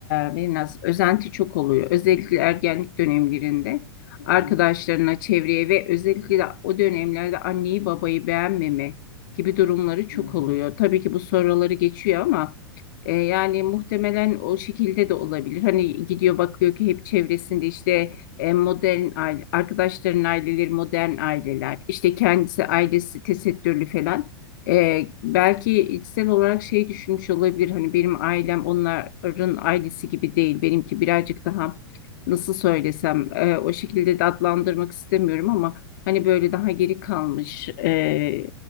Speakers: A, on the left; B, on the left.
A: e, biraz özenti çok oluyor özellikle ergenlik dönemlerinde
B: Hı
A: arkadaşlarına
B: hı.
A: çevreye ve özellikle de o dönemlerde anneyi babayı beğenmeme gibi durumları çok
B: hı hı.
A: oluyor. Tabii ki bu soruları geçiyor ama e, yani muhtemelen o şekilde de olabilir. Hani gidiyor bakıyor ki hep çevresinde işte e, modern aile arkadaşların aileleri modern aileler işte kendisi ailesi tesettürlü falan. Ee, belki içsel olarak şey düşünmüş olabilir hani benim ailem onların ailesi gibi değil benimki birazcık daha nasıl söylesem e, o şekilde de adlandırmak istemiyorum ama hani böyle daha geri kalmış e,